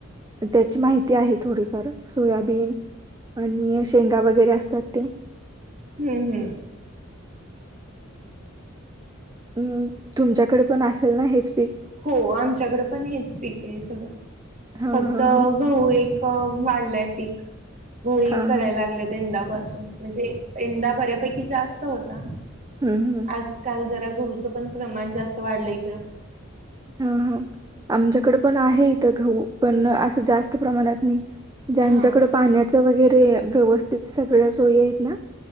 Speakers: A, on the right; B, on the right.
A: त्याची माहिती आहे थोडीफार सोयाबीन. आणि शेंगा वगैरे असतात ते.
B: हम्म हम्
A: हम् तुमच्याकडे पण असेल ना हेचं
B: हो आमच्याकडें पण हेच पीक ये सगळं
A: हा
B: फक्त
A: हा हा
B: गहू एक वाढलाय पीक गहू एक
A: हा
B: करायला
A: हा
B: लागले. यंदापासून म्हणजे यंदा बऱ्यापैकी जास्त होता.
A: हम् हम..
B: आज काल जरा गहूचं पण प्रमाण जास्त वाढलं इकडं
A: ह आमच्याकडे पण आहे इथं घऊ पण असं जास्त प्रमाणात नाही. ज्यांच्याकड
B: हा.
A: पाण्याच वगैरे व्यवस्थित. सगळ्या सोयी आहेत ना